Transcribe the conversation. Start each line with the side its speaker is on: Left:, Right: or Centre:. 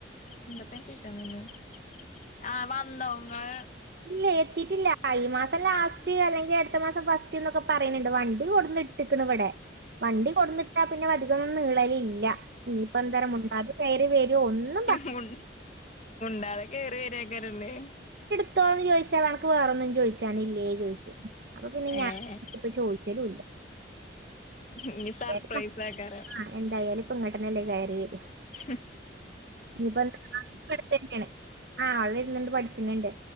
Left: എന്തപ്പ ചോയിചാനിന്നെ ആ വന്നങ്ങള്.
Right: ഇല്ല എത്തിട്ടില്ല ഈ മാസം ലാസ്റ്റ് അല്ലെങ്കിൽ അടുത്ത മാസം ഫസ്റ്റ്ന്നൊക്കെ പറയണണ്ട് വണ്ടി കൊടുന്ന. ട്ടക്കണ് ഇവിടെ വണ്ടി കൊടുന്നട്ടാ പിന്നെ അധികൊന്നും നീളല ഇല്ല. ഇനിയിപ്പ എന്തരമുണ്ടാതെ കയറി വേരോ ഒന്നും പറ
Left: മു മുണ്ടാതെ കേറി വര്യാക്കാരല്ലേ
Right: എത്തോന്ന് ചോയ്ച്ചാൽ എനെക്ക് വേറൊന്നും ചോയ്ച്ചാനില്ലേ ചോയ്ക്കും. അപ്പൊ പിന്നെ ഞാൻ
Left: ഏഹ്
Right: ഇപ്പ ചോയ് ച്ചലൂല്ല.
Left: ഇഞ്ഞി സർപ്രൈസാക്കാരം
Right: ഏലപ്പ ആ എന്തായാലും ഇങ്ങട്ടന്നെയല്ലേ കയറി വര
Left: ഹും
Right: ഇനിപ്പന്തടു തന്നെയാണ് ആ പഠിച്ചണണ്ട്